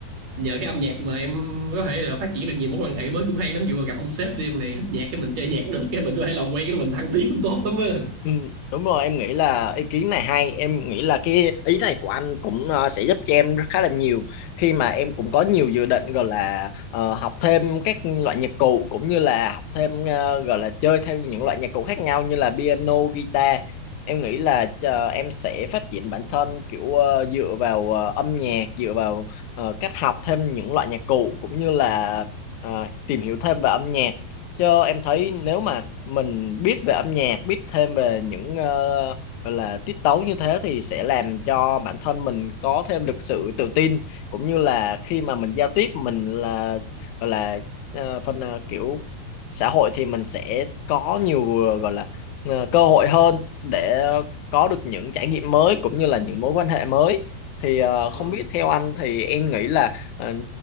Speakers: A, on the right; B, on the left.
A: nhờ cái âm nhạc mà em có thể là phát triển được nhiều mối quan hệ mới cũng hay lắm dù mà gặp ông sếp đi em này thích nhạc cái mình chơi nhạc được cái mình có thể làm quen cái mình thăng tiến cũng tốt lắm á
B: Ừ, đúng rồi em nghĩ là ý kiến này hay em nghĩ là cái ý này của anh cũng ờ, sẽ giúp cho em rất khá là nhiều khi mà em cũng có nhiều dự định gọi là ờ, học thêm các loại nhạc cụ cũng như là học thêm ờ, gọi là chơi theo những loại nhạc cụ khác nhau như là piano, guitar em nghĩ là ờ, em sẽ phát triển bản thân kiểu ờ, dựa vào ờ, âm nhạc dựa vào ờ, cách học thêm những loại nhạc cụ cũng như là ờ, tìm hiểu thêm về âm nhạc cho em thấy nếu mà mình biết về âm nhạc biết thêm về những ờ, gọi là tiết tấu như thế thì sẽ làm cho bản thân mình có thêm được sự tự tin cũng như là khi mà mình giao tiếp mình là gọi là ờ, phần ờ, kiểu xã hội thì mình sẽ có nhiều ờ, gọi là ờ, cơ hội hơn để có được những trải nghiệm mới cũng như là những mối quan hệ mới thì ờ, không
A: ừ.
B: biết theo anh thì em nghĩ là ờ,